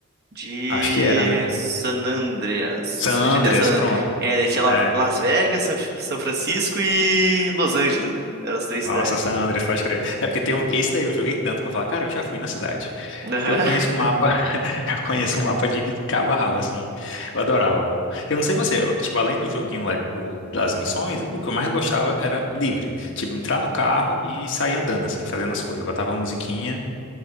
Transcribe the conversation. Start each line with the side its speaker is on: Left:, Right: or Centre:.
Right: De
Left: Acho que era, né?
Right: San Andreas.
Left: San
Right: GTA
Left: Andreas,
Right: San...
Left: pronto.
Right: É, daí tinha La-
Left: É.
Right: Las Vegas, São São Francisco e Los Angeles, né? Eram as três
Left: Nossa,
Right: cidades.
Left: San Andreas, pode crer. É porque tem um. Esse daí eu joguei tanto que eu falo, cara, eu já fui na cidade.
Right: Aham.
Left: Eu conheço um mapa. <laughs> Eu conheço um mapa de cabo a rabo, assim. Eu adorava, pô. Eu não sei você, eu- tipo, além do joguinho lá do- das missões, o que eu mais gostava era livre. Tipo, entrar no carro e sair andando, assim, fazendo as coisas. Eu botava uma musiquinha,